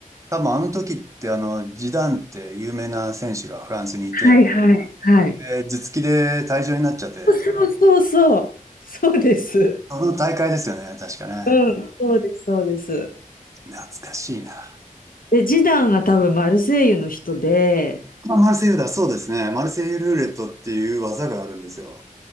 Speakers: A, on the right; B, on the left.
A: 多分あの時ってあの、ジダンって有名な選手がフランスにいて、
B: はいはい。はい。
A: で、頭突きで退場になっちゃって、
B: そうそうそう。そうです。
A: あの大会ですよね、確かね。
B: うん、そうです、そうです。
A: 懐かしいな。
B: で、ジダンが多分マルセイユの人で、
A: あ、マルセイユだ、そうですね。マルセイユルーレットっていう技があるんですよ。